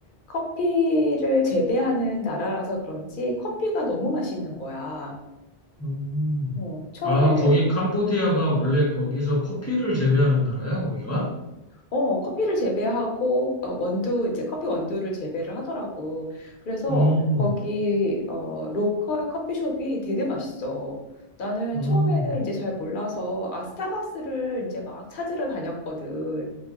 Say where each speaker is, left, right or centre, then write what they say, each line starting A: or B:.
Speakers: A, on the left (about 60°); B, on the left (about 20°).
A: 커피를 재배하는 나라라서 그런지 커피가 너무 맛있는 거야.
B: 음.
A: 어, 처음에는,
B: 아, 거기 캄보디아가 원래 거기서 커피를 재배하는 나라야, 거기가?
A: 어, 커피를 재배하고, 어, 원두, 이제 커피 원두를 재배를 하더라고. 그래서
B: 음,
A: 거기, 어, 로컬 커피숍이 되게 맛있어. 나는
B: 음,
A: 처음에는 이제 잘 몰라서, 아, 스타벅스를 이제 막 찾으러 다녔거든.